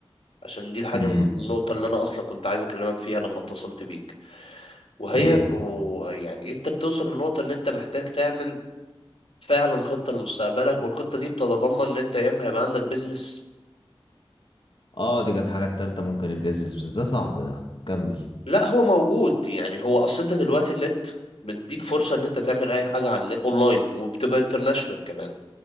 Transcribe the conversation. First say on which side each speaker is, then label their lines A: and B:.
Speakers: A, on the left; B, on the left.
A: عشان دي الحاجة
B: امم
A: النقطة اللي أنا أصلا كنت عايز أكلمك فيها لما اتصلت بيك وهي
B: ايه
A: إنه يعني أنت بتوصل لنقطة إن أنت محتاج تعمل فعلا خطة لمستقبلك والخطة دي بتتضمن إن أنت يا إما هيبقى عندك بيزنس
B: اه دي كانت حاجة التالتة ممكن البيزنس بس ده صعب ده كمل
A: لا هو موجود يعني هو أصل أنت دلوقتي النت بيديك فرصة إن أنت تعمل أي حاجة عن أونلاين وبتبقى انترناشونال كمان